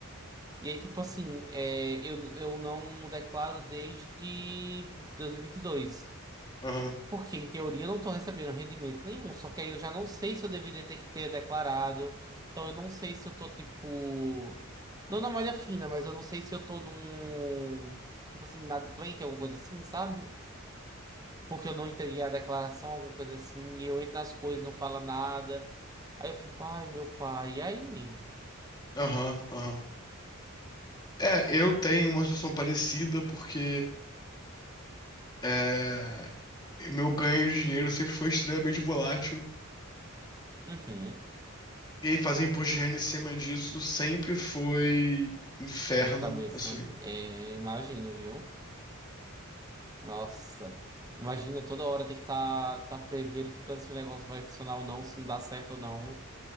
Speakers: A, on the right; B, on the left.
A: E aí, tipo assim, é, eu, eu não declaro desde 2022.
B: Aham,
A: Porque, em teoria, eu não estou recebendo rendimento nenhum. Só que aí eu já não sei se eu deveria ter que ter declarado. Então, eu não sei se eu tô, tipo. Não na malha fina, mas eu não sei se eu tô num. Tipo assim, inadimplente, alguma coisa assim, sabe? porque eu não entreguei a declaração, alguma coisa assim, e eu entro nas coisas, não fala nada. Aí eu fico, ai, meu pai, e aí?
B: aham, aham. É, eu tenho uma situação parecida porque É, O meu ganho de dinheiro sempre foi extremamente volátil.
A: Uhum,
B: E aí fazer imposto de renda em cima disso sempre foi inferno,
A: dor de cabeça.
B: assim.
A: É, imagino, viu? Nossa, imagina toda hora ter que estar tá, tá verificando se o negócio vai funcionar ou não, se não dá certo ou não.